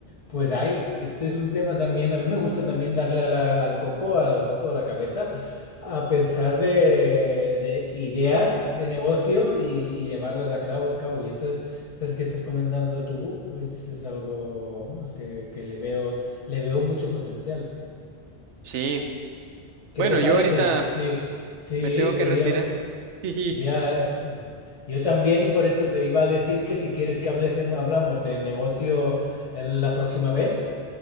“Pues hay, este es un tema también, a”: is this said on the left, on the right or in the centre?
Left